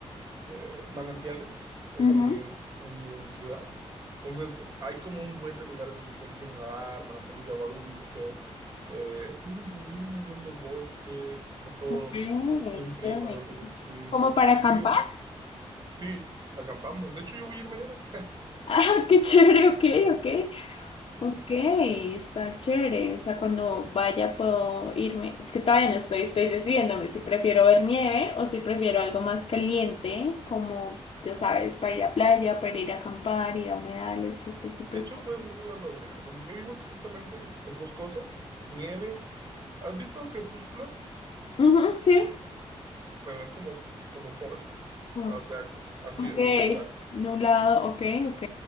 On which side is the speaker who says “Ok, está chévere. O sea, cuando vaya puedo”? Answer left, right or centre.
Left